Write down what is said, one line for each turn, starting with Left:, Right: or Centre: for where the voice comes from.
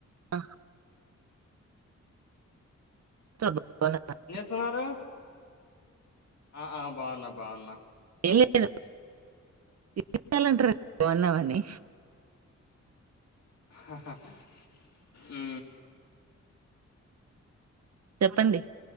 Right: అ <inaudible>
Left: సారు ఆ ఆ బాగున్నా బాగున్నా
Right: ఏమ్ లేదు మీరెలా అంటారండి బాగున్నామని
Left: హు
Right: చెప్పండి